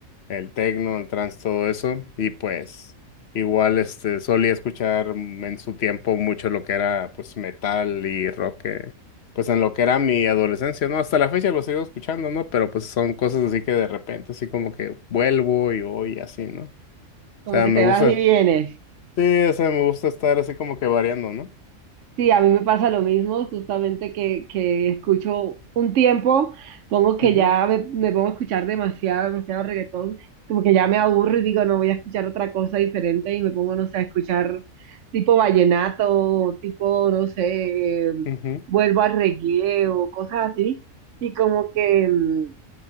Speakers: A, on the left; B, on the right.
A: el tecno, el trance, todo eso. Y pues igual este solía escuchar mm, en su tiempo mucho lo que era pues metal y rock, eh, pues en lo que era mi adolescencia, ¿no? Hasta la fecha lo sigo escuchando, ¿no? Pero pues son cosas así que de repente así como que vuelvo y voy y así, ¿no? O
B: como
A: sea,
B: que
A: me
B: te
A: gusta,
B: vas y vienes.
A: sí, o sea, me gusta estar así como que variando, ¿no?
B: Sí, a mí me pasa lo mismo, justamente que, que escucho un tiempo, pongo que
A: Ujú,
B: ya me, me pongo a escuchar demasiado, demasiado reggaetón, como que ya me aburro y digo, no voy a escuchar otra cosa diferente y me pongo, no sé, a escuchar tipo vallenato, tipo, no sé, eh,
A: ujú,
B: vuelvo al reggae o cosas así, y como que mm,